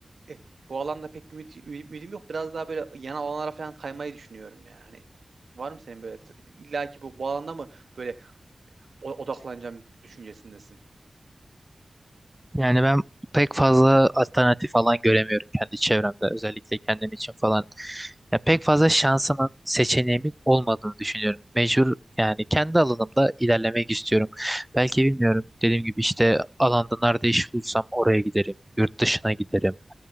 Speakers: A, on the right; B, in the centre.
A: e, bu alanda pek ümit, ümidim yok. Biraz daha böyle yan alanlara falan kaymayı düşünüyorum yani. Var mı senin böyle illa ki bu, bu alanda mı böyle o- odaklanacağım düşüncesindesin?
B: Yani ben pek fazla alternatif falan göremiyorum kendi çevremde. Özellikle kendim için falan. Ya pek fazla şansımın, seçeneğimin olmadığını düşünüyorum. Mecbur yani kendi alanımda ilerlemek istiyorum. Belki bilmiyorum. Dediğim gibi işte alanda nerede iş bulursam oraya giderim. Yurt dışına giderim.